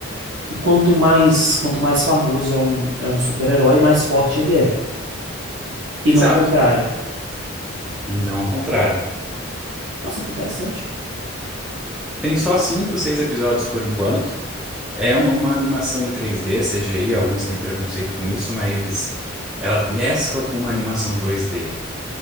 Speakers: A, on the right; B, in the centre.
A: quanto mais, quanto mais famoso é um, é um super-herói, mais forte ele é. E
B: Exato.
A: não o contrário.
B: E não o contrário.
A: Nossa, que interessante.
B: Tem só cinco, seis episódios por enquanto. É um- uma animação em três d CGI, alguns têm preconceito com isso, mas ela mescla com uma animação dois d